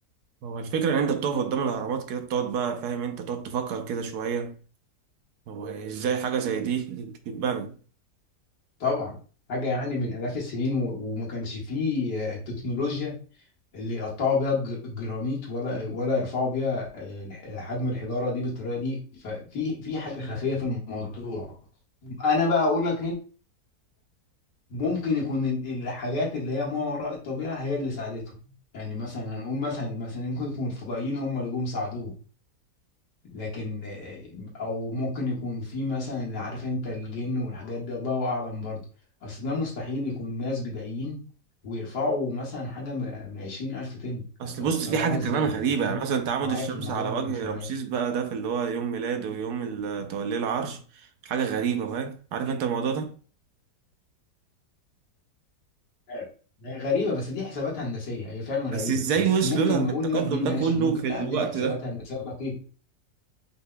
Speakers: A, on the right; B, on the left.
A: هو الفكرة إن أنت بتقف قدام الأهرامات كده بتقعد بقى فاهم أنت تقعد تفكر كده شوية هو إزاي حاجة زي دي تتبنى
B: طبعا حاجه يعني من الاف السنين و- وما كانش فيه آه، التكنولوجيا اللي يقطعوا بيها الج- الجرانيت ولا ولا يرفعوا بيها آه، الح- حجم الحجاره دي بالطريقه دي ففي في حاجه خفيه في الموضوع انا بقى اقول لك ممكن يكون ال- الحاجات اللي هي ما وراء الطبيعة هي اللي ساعدتهم يعني مثلا هنقول مثلا مثلا ممكن يكون الفضائيين هم اللي جم ساعدوهم لكن آه، او ممكن يكون في مثلا اللي عارف انت الجن والحاجات دي الله اعلم برضه اصل ده مستحيل يكون ناس بدائيين ويرفعوا مثلا حاجة من عشرين ألف طن
A: اصل
B: طب
A: بص
B: طلعوها
A: في حاجه كمان
B: ازاي
A: غريبه
B: يعني فاهم
A: يعني مثلا تعامد
B: معايا
A: الشمس
B: في الموضوع
A: على
B: ده
A: وجه
B: ولا مش معايا
A: رمسيس بقى ده في اللي هو يوم ميلاده ويوم ال- آه، توليه العرش حاجه غريبه فاهم عارف انت الموضوع ده
B: أيوة. هي غريبة بس دي حسابات هندسية هي فعلا غريبة
A: بس ازاي
B: بس
A: وصلوا
B: ممكن
A: لها بالتقدم
B: نقول لك دي
A: ده
B: ماشي
A: كله
B: ممكن
A: في
B: تعدي
A: الوقت
B: بحسابات
A: ده
B: هندسية دقيقة